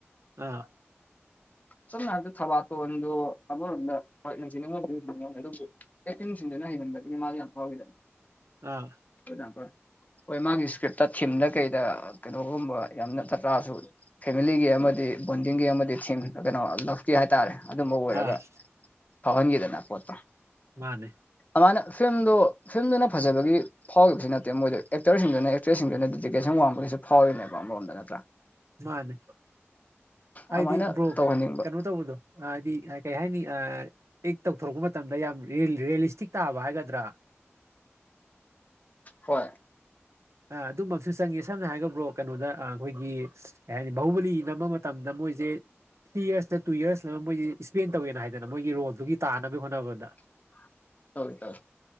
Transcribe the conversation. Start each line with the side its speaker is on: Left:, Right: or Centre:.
Right: ꯑꯥ
Left: ꯁꯝꯅ ꯍꯥꯢꯕꯗ ꯊꯕꯥꯇꯣꯟꯗꯨ ꯑꯃꯔꯣꯝꯗ ꯍꯣꯏ ꯅꯨꯡꯁꯤ ꯅꯤꯉꯣꯟꯗꯗꯤ ꯅꯨꯡꯁꯤ ꯅꯨꯉꯣꯟꯅꯦ ꯑꯗꯨꯕꯨ ꯍꯦꯛꯇ ꯅꯨꯡꯁꯤꯟꯗꯨꯅ ꯍꯩꯃꯟꯕꯗꯨꯗꯤ ꯃꯥꯗꯤ ꯌꯥꯝ ꯐꯥꯎꯔꯤꯗꯣ
Right: ꯑꯥ
Left: ꯐꯣꯔ ꯑꯦꯛꯖꯥꯝꯄꯜ ꯍꯣꯏ ꯃꯥꯒꯤ ꯁꯀ꯭ꯔꯤꯞꯇ ꯊꯤꯝꯗ ꯀꯩꯗ ꯀꯩꯅꯣꯒꯨꯝꯕ ꯌꯥꯝꯅ ꯊ꯭ꯔꯥꯁꯨ ꯐꯦꯃꯤꯂꯤꯒꯤ ꯑꯃꯗꯤ ꯕꯣꯟꯗꯤꯡꯒꯤ ꯑꯃꯗꯤ ꯊꯤꯝ ꯀꯩꯅꯣ ꯂꯐꯀꯤ ꯍꯥꯏꯇꯥꯔꯦ ꯑꯗꯨꯝꯕ ꯑꯣꯏꯔꯒ
Right: ꯑꯥ
Left: ꯐꯥꯎꯍꯟꯈꯤꯗꯅ ꯄꯣꯠꯇꯣ
Right: ꯃꯥꯅꯦ
Left: ꯑꯃꯥꯢꯅ ꯐꯤꯜꯝꯗꯣ ꯐꯤꯜꯝꯗꯨꯅ ꯐꯖꯕꯒꯤ ꯐꯥꯎꯈꯤꯕꯁꯨ ꯅꯠꯇꯦ ꯃꯣꯏꯗ ꯑꯦꯛꯇꯔꯁꯤꯡꯗꯨꯅ ꯑꯦꯛꯇ꯭ꯔꯦꯁꯁꯤꯡꯗꯨꯅ ꯗꯦꯗꯤꯀꯦꯁꯟ ꯋꯥꯡꯝꯕꯒꯤꯁꯨ ꯐꯥꯎꯔꯤꯅꯦꯕ ꯑꯃꯔꯣꯝꯗ ꯅꯠꯇ꯭ꯔꯥ
Right: ꯃꯥꯅꯦ ꯍꯥꯏꯗꯤ
Left: ꯑꯗꯨꯃꯥꯏꯅ
Right: ꯕ꯭ꯔꯣ
Left: ꯇꯧꯍꯟꯅꯤꯡꯕ
Right: ꯀꯩꯅꯣ ꯇꯧꯕꯗꯣ ꯑꯗꯤ ꯀꯩ ꯍꯥꯏꯅꯤ ꯑꯥ ꯑꯦꯛ ꯇꯧꯊꯣꯔꯛꯄ ꯃꯇꯝꯗ ꯌꯥꯝ ꯔꯦ ꯔ꯭ꯌꯦꯜꯂꯤꯁꯇꯤꯛ ꯇꯥꯕ ꯍꯥꯏꯒꯗ꯭ꯔꯥ
Left: ꯍꯣꯏ
Right: ꯑꯥ ꯑꯗꯨꯃꯛꯁꯨ ꯆꯪꯏ ꯁꯝꯅ ꯍꯥꯏꯔꯒ ꯕ꯭ꯔꯣ ꯀꯩꯅꯣꯗ ꯑꯥ ꯑꯩꯈꯣꯏꯒꯤ ꯀꯩ ꯍꯥꯏꯅꯤ ꯕꯥꯍꯨꯕꯂꯤ ꯅꯝꯕ ꯃꯇꯝꯗ ꯃꯣꯏꯁꯦ ꯊ꯭ꯔꯤ ꯌꯔꯁꯇ ꯇꯨ ꯌꯔꯁ ꯂ ꯃꯣꯏꯗꯤ ꯁ꯭ꯄꯦꯟ ꯇꯧꯋꯦꯅ ꯍꯥꯏꯗꯅ ꯃꯣꯏꯒꯤ ꯔꯣꯜꯗꯨꯒꯤ ꯇꯥꯟꯅꯕ ꯍꯣꯠꯅꯕꯗ
Left: <unintelligible>